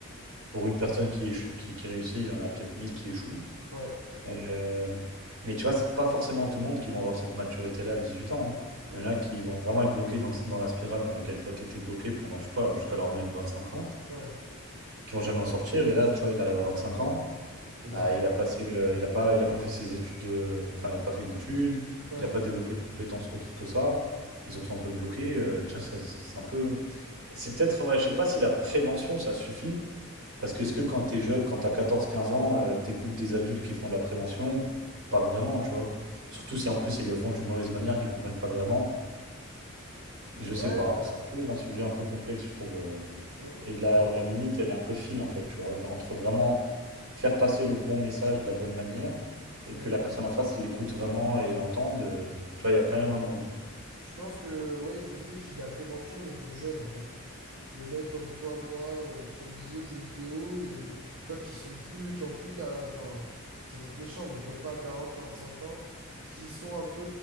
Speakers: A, on the right (about 80°); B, on the right (about 60°).
A: pour une personne qui, éche- qui, qui réussit, il y en a peut-être 1000 qui échouent.
B: Ouais.
A: Euh, mais tu vois, c'est pas forcément tout le monde qui va avoir cette maturité-là à 18 ans. hein.
B: Mm.
A: Il y en a qui vont vraiment être bloqués dans, dans la spirale dans laquelle toi t'étais bloqué pendant, je sais pas, jusqu'à leur même 25 ans,
B: Ouais.
A: qui vont jamais en sortir. Et là, tu vois, il arrive à 25 ans,
B: Et
A: bah,
B: t'as raison.
A: il a passé, euh, il a pas, il a pas fait ses études, euh, enfin, il a pas fait d'études,
B: Ouais.
A: il a pas développé de compétences autres que ça.
B: Mm.
A: Ils ont trouvé un peu bloqué. euh, tu vois, ça, c'est un peu. Et c'est peut-être, ouais, je sais pas si la prévention, ça suffit. Parce que est-ce que quand t'es jeune, quand t'as quatorze, quinze ans, euh, t'écoutes des adultes qui font de la prévention? Pas vraiment, tu vois. Surtout si en plus ils le font d'une mauvaise manière, qu'ils comprennent pas vraiment. Je
B: Ouais.
A: sais pas.
B: ah,
A: C'est un peu un sujet un peu complexe, je trouve. euh.
B: mm.
A: Et la,
B: Alors,
A: la limite, elle est un peu fine, en fait, tu vois, entre vraiment Faire passer le bon message de la bonne manière et
B: ouais.
A: que la
B: ouais.
A: personne en face l'écoute vraiment et l'entende, heu, tu vois, il y a quand même un monde.
B: Je pense que ouais, il faudrait qu'il y ait de la prévention, mais de jeunes en fait. De mecs comme toi, moi, euh, qui ont joué aux jeux vidéo et tu vois, qui sont plus, qui ont plus qu'à, enfin, sans être méchant, mais qui n'ont pas quarante quarante cinq ans, qui sont un peu